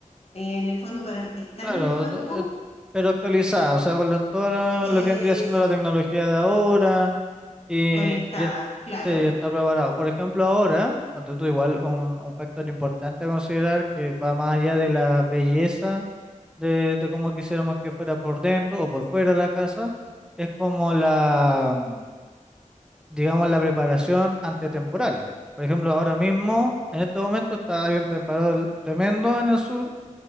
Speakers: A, on the left; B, in the centre.
A: En el fondo, para estar
B: claro,
A: en el campo,
B: eh, pero actualizada, o sea, con lo- todo lo,
A: es
B: lo que vendría siendo la tecnología de ahora, Y,
A: conectada,
B: y- e,
A: claro,
B: sí, ya está preparado. Por ejemplo, ahora, cuando tú igual un, un factor importante a considerar que va más allá de la belleza de, de cómo quisiéramos que fuera por dentro o por fuera la casa, es como la, mm, digamos, la preparación ante temporales. Por ejemplo, ahora mismo, en este momento está, hay un temporal tremendo en el sur